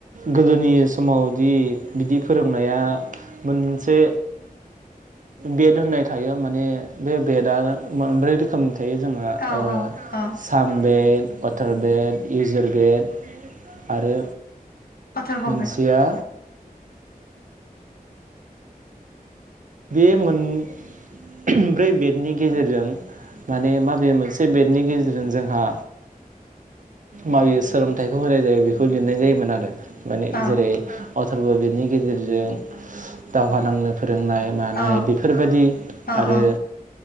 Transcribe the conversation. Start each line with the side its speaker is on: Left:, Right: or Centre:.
Right: गोदोनि समावदि बिदि फोरोंनाया मोनसे बेट होननाय थायो माने बे बेदा मोनब्रै रोखोमनि थायो जोंहा
Left: औ
Right: ओ
Left: औ
Right: सामबेद अथार बेड, इजार बेड आरो
Left: अथरबावबाय
Right: मोनसेया बे मोन-ब्रै बेटनि गेजेरजों माने माबे मोनसे बेटनि गेजेरजों जोंहा माबे सोलोंथाइखौ होनाय जायो बेखौ लिरनाय जायोमोन आरो माने
Left: औ
Right: जेरै अथरब बेड, नि गेजेरजों दावहा नांनो फोरोंनाय मानाय
Left: औ
Right: बेफोरबायदि
Left: औ
Right: आरो